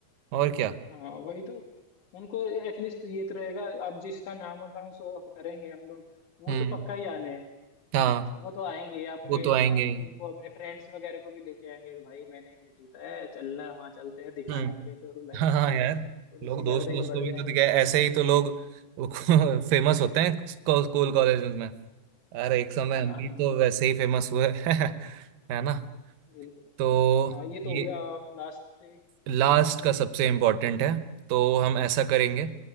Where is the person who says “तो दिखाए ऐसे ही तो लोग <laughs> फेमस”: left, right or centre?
Right